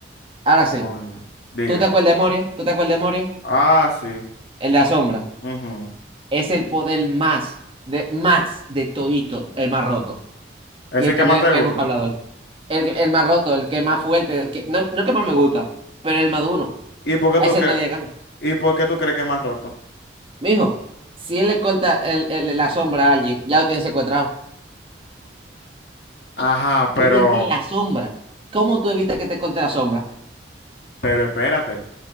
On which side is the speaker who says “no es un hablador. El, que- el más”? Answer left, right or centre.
Right